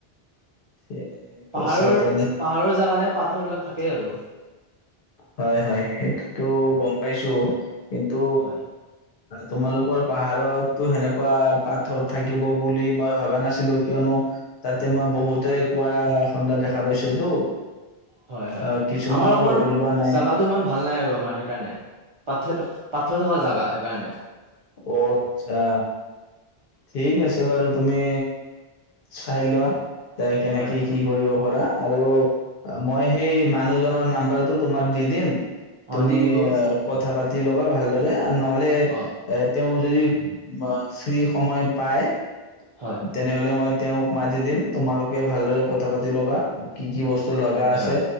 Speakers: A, on the left; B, on the right.
A: ঠিক
B: পাহাৰৰ
A: আছে তেনে
B: পাহাৰৰ জাগা নে পাথৰ বিলাক থাকেই আৰু
A: হয় হয় সেইটোতো গম পাইছো কিন্তু
B: হয়
A: তোমালোকৰ পাহাৰতো সেনেকুৱা পাথৰ থাকিব বুলি মই ভবা নাছিলো কিয়নো তাতে মই বহুতেৰে কুৱা খণ্ডা দেখা পাইছোতো
B: হয় হয়
A: আ কিছুমানৰ
B: আমাৰ অকমান
A: ওলোৱা নাই।
B: জেগাটো ইমান ভাল ভাল নাই আৰু আমাৰ সেইকাৰণে পাথ পাথৰ থকা জেগা সেইকাৰণে
A: অ আচ্ছা ঠিক আছে বাৰু তুমি চাই লোৱা তাই কেনেকে
B: হয়
A: কি কৰিব কৰা আৰু মই সেই মানুহজনৰ নাম্বাৰটো তোমাক দি দিম
B: অ
A: তুমি
B: দি দিব
A: কথা পাতি পাতি ল'বা ভালদৰে নহলে
B: অ
A: এ তেওঁ যদি অ ফ্ৰী সময় পায়
B: হয়
A: তেনেহলে মই তেওঁক মাতি দিম তোমালোকে ভালদৰে কথা পাতি ল'বা কি কি বস্তু লগা
B: হয়
A: আছে
B: হয়